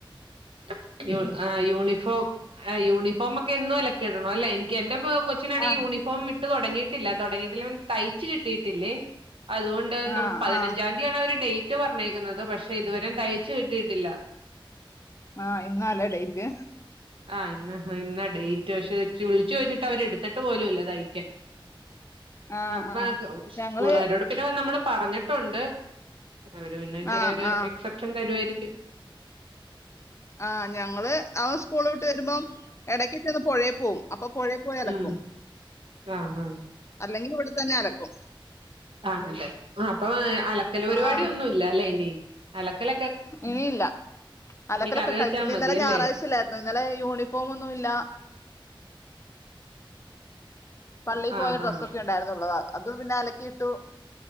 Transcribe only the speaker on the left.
ഉം.
ആ
ആ
ആ
ആഹ് ഇന്നാലേ ഡേയ്റ്റ്
ആഹ്
ആഹ്
ഞങ്ങള്
ആഹ് ആഹ്
ആ ഞങ്ങള് അവ സ്കൂള വിട്ട് വരുമ്പോം ഇടക്ക ചന്ന് പുഴേ പോകും അപ്പൊ പുഴെ പോയി അലക്കും
അല്ലെങ്കിൽ ഇവിടെ തന്നെ അലക്കും
ആഹ്
ഇനിയില്ല അലക്കലൊക്കെ
കഴിഞ്ഞന്നെ
ഇന്നലെ ഞായറാഴ്ചല്ലായിരുന് ഇന്നലെ യൂണിഫോം ഒന്നും ഇല്ല പള്ളിയിൽ പോയ
ഡ്രസ്സൊക്കെ
ഉണ്ടായിരുന്നു ള്ളത് അത് പിന്നെ അലക്കിയിട്ടു.